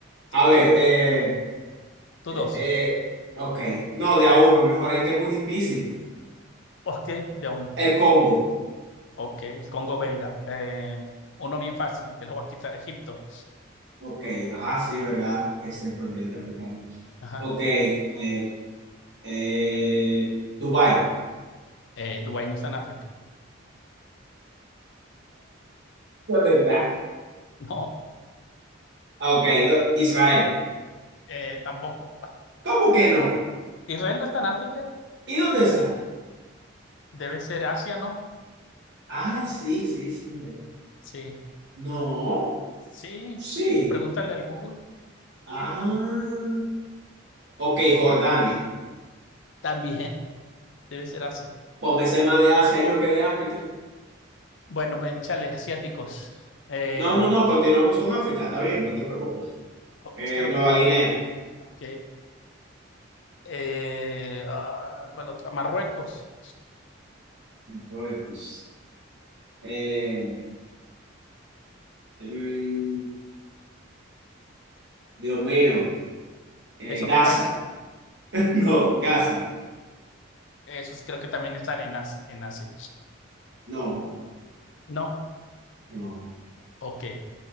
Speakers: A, on the right (about 55°); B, on the left (about 65°).
A: a ver,
B: sí,
A: eh,
B: tú
A: eh,
B: dos.
A: eh, ok. No, de a uno, mejor es que es muy difícil.
B: Ok, de a uno.
A: El Congo.
B: Ok, el Congo belga. Eh, uno bien fácil, te lo voy a quitar. Egipto.
A: Ok, ah, sí, ¿verdad? Que es el continente africano.
B: Ajá.
A: Ok, eh, eh, Dubái.
B: Eh, Dubái no está en África. <laughs>
A: ¿Verdad?
B: No,
A: Ok, do- Israel.
B: eh, tampoco.
A: ¿Cómo que no?
B: Israel no está en África.
A: ¿Y dónde está?
B: Debe ser Asia, ¿no?
A: Ah, sí, sí, sí. ¿verdad?
B: Sí.
A: No,
B: Sí.
A: sí.
B: Pregúntale al Google.
A: Ah, ok, Jordania.
B: <laughs> También, debe ser Asia.
A: Pues me sé más de Asia yo que de África.
B: Bueno, ven, chale, asiáticos. Eh,
A: No, no, no, continuamos con África, está bien, no te preocupes.
B: oh,
A: Eh,
B: es que no,
A: Nueva
B: no.
A: Guinea.
B: Ok. Eh, ah, ¿cuál otra? Marruecos.
A: Marruecos. Eh, mm, Dios mío. Eh,
B: Es otro
A: Gaza.
B: país.
A: <laughs> No, Gaza.
B: Esos creo que también están en, As- en Asia.
A: No,
B: No,
A: no.
B: ok.